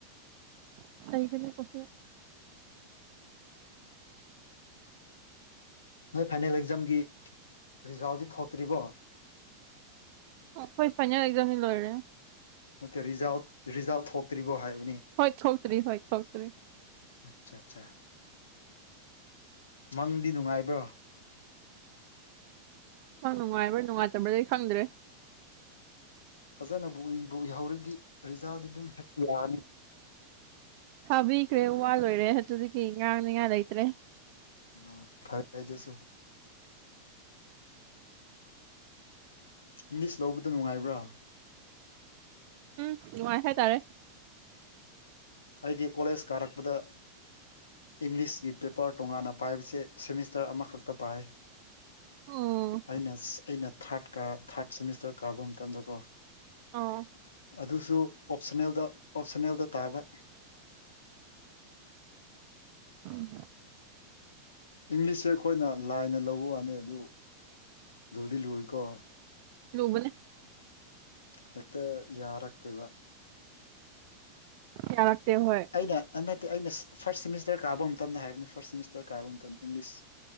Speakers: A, on the right; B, on the left.
A: <unintelligible>
B: ꯅꯣꯏ ꯐꯥꯏꯅꯦꯜ ꯑꯦꯛꯖꯥꯝꯒꯤ ꯔꯤꯖꯥꯜꯗꯤ ꯊꯣꯛꯇ꯭ꯔꯤꯕꯣ
A: ꯑꯈꯣꯏ ꯐꯥꯏꯅꯦꯜ ꯑꯦꯛꯖꯥꯝꯗꯤ ꯂꯣꯏꯔꯦ
B: ꯅꯠꯇꯦ ꯔꯤꯖꯜ ꯔꯤꯖꯥꯜꯠ ꯊꯣꯛꯇ꯭ꯔꯤꯕꯣ ꯍꯥꯏꯕꯅꯤ
A: ꯍꯣꯏ ꯊꯣꯛꯇ꯭ꯔꯤ ꯍꯣꯏ ꯊꯣꯛꯇ꯭ꯔꯤ
B: ꯑꯆꯥ ꯑꯆꯥ ꯃꯪꯗꯤ ꯅꯨꯡꯉꯥꯏꯕ꯭ꯔꯣ
A: ꯃꯪ ꯅꯨꯡꯉꯥꯏꯕ꯭ꯔꯥ ꯅꯨꯡꯉꯥꯏꯇꯕ꯭ꯔꯗꯤ ꯈꯪꯗ꯭ꯔꯦ
B: ꯐꯖꯟꯅꯕꯨꯏ ꯏꯕꯨ ꯏꯍꯧꯔꯗꯤ ꯔꯤꯖꯥꯜꯗꯤ ꯑꯗꯨꯝ ꯍꯦꯛ ꯌꯥꯔꯅꯤ
A: ꯊꯥꯕꯤꯈ꯭ꯔꯦ ꯋꯥ ꯂꯣꯏꯔꯦ ꯑꯗꯨꯗꯒꯤ ꯉꯥꯡꯅꯤꯉꯥꯏ ꯂꯩꯇ꯭ꯔꯦ
B: ꯎꯝ ꯐꯔ ꯍꯥꯏꯗꯨꯁꯨ ꯥꯃꯤꯁ ꯂꯧꯕꯗꯨ ꯅꯨꯡꯉꯥꯏꯕ꯭ꯔꯥ
A: ꯎꯝ ꯅꯨꯡꯉꯥꯏ ꯍꯥꯏꯇꯥꯔꯦ
B: ꯑꯩꯗꯤ ꯀꯣꯂꯦꯖ ꯀꯥꯔꯛꯄꯗ ꯏꯪꯂꯤꯁꯀꯤ ꯄꯦꯄ꯭ꯔ ꯇꯣꯉꯥꯟꯅ ꯄꯥꯏꯕꯁꯦ ꯁꯦꯃꯤꯁꯇ꯭ꯔ ꯑꯃꯈꯛꯇ ꯄꯥꯏ
A: ꯎꯝ
B: ꯑꯩꯅ ꯑꯩꯅ ꯊꯥꯔꯠ ꯀꯥ ꯊꯥꯔꯠ ꯁꯦꯃꯤꯁꯇ꯭ꯔ ꯀꯥꯕ ꯃꯇꯝꯗꯀꯣ
A: ꯑꯥ
B: ꯑꯗꯨꯁꯨ ꯑꯣꯞꯁꯟꯅꯜꯗ ꯑꯣꯞꯁꯟꯅꯦꯜꯗ ꯇꯥꯕ
A: ꯎꯝ
B: ꯏꯪꯂꯤꯁꯁꯦ ꯑꯈꯣꯏꯅ ꯂꯥꯏꯅ ꯂꯧꯕ ꯋꯥꯅꯤ ꯑꯗꯨ ꯂꯨꯗꯤ ꯂꯨꯏꯀꯣ
A: ꯂꯨꯕꯅꯦ
B: ꯍꯦꯛꯇ ꯌꯥꯔꯛꯇꯦꯕ
A: ꯌꯥꯔꯛꯇꯦ ꯍꯣꯏ
B: ꯑꯩꯅ ꯅꯠꯇꯦ ꯑꯩꯅ ꯐꯥꯔꯁꯠ ꯁꯦꯃꯤꯁꯇꯔ ꯀꯥꯕ ꯃꯇꯝꯗ ꯍꯥꯏꯕꯅꯤ ꯐꯥꯔꯠ ꯁꯦꯃꯤꯁꯇꯔ ꯀꯥꯕ ꯃꯇꯝꯗ ꯏꯪꯂꯤꯁ